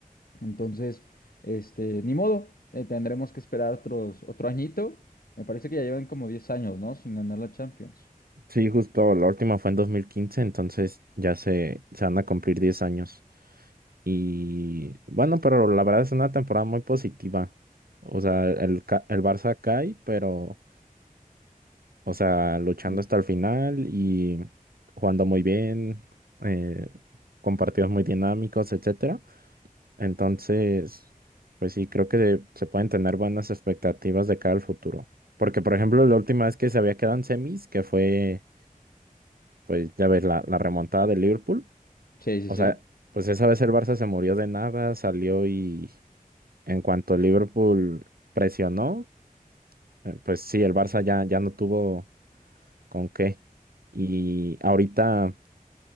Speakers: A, on the left; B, on the right.
A: Entonces, este, ni modo, eh, tendremos que esperar otros, otro añito. Me parece que ya llevan como 10 años, ¿no? Sin ganar la Champions.
B: Sí, justo la última fue en dos mil quince entonces ya se, se van a cumplir 10 años. Y bueno, pero la verdad es una temporada muy positiva. O sea, el, ca- el Barça cae, pero O sea, luchando
A: Sí.
B: hasta el final y jugando muy bien, eh, con partidos muy dinámicos, etcétera. Entonces, pues sí, creo que se pueden tener buenas expectativas de cara al futuro. Porque, por ejemplo, la última vez que se había quedado en semis, que fue, pues ya ves, la, la remontada de Liverpool.
A: Sí, sí,
B: O
A: sí.
B: sea, pues esa vez el Barça se murió de nada, salió y en cuanto Liverpool presionó, eh, pues sí, el Barça ya, ya no tuvo con qué. Y ahorita